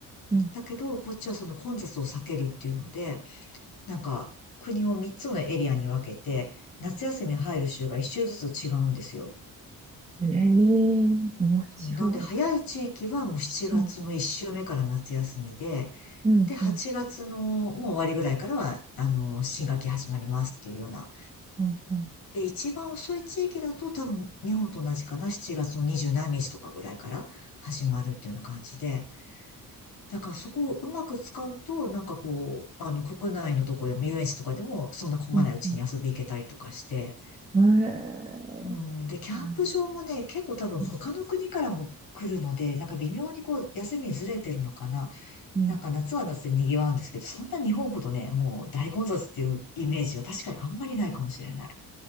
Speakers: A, on the right; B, on the left.
A: うん。
B: だけど、こっちはその混雑を避けるっていうので、なんか、国を3つのエリアに分けて、夏休み入る週が1週ずつ違うんですよ。
A: ええ面白い。
B: そうなので、早い地域はもう7月の1週目から夏休みで、
A: うん、うん、
B: で、8月のもう終わりぐらいからは、
A: うん、
B: あの、新学期始まりますっていうような。
A: うん、うん、
B: で、一番遅い地域だと多分日本と同じかな、7月の二十何日とかぐらいから始まるっていうような感じで、だからそこをうまく使うと、なんかこう、あの、国内のとこでも遊園地とかでも、そんな混まないうちに遊び行けたりとかして。
A: うん。うんええ
B: うん。で、キャンプ場もね、
A: あ、
B: 結構多分他の国からも来るので、
A: うん、
B: なんか微妙にこう、休みずれてるのかな。
A: うん。
B: なんか夏は夏で賑わうんですけど、そんな日本ほどね、もう大混雑っていうイメージは確かにあんまりないかもしれない。